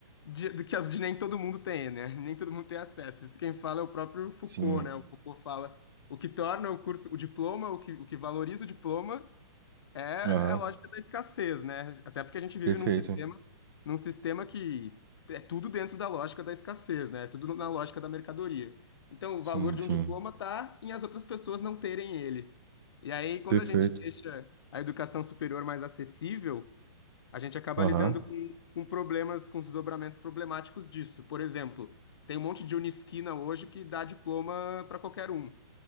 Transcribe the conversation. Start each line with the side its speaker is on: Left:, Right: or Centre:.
Left: de, de que as, de nem todo mundo tem, né? <laughs> Nem todo mundo tem acesso. Isso quem fala é o próprio Foucault,
Right: sim,
Left: né? O Foucault fala o que torna o curso, o diploma, o que, o que valoriza o diploma É é
Right: aham,
Left: a lógica da escassez, né? Até porque a gente vive
Right: perfeito.
Left: num sistema, num sistema que é tudo dentro da lógica da escassez, né? É tudo na lógica da mercadoria. Então,
Right: Sim,
Left: o valor de
Right: sim,
Left: um diploma tá em as outras pessoas não terem ele. E aí, quando
Right: perfeito.
Left: a gente deixa a educação superior mais acessível, a gente acaba
Right: Aham,
Left: lidando com, com problemas, com desdobramentos problemáticos disso. Por exemplo, tem um monte de Unisquina hoje que dá diploma para qualquer um.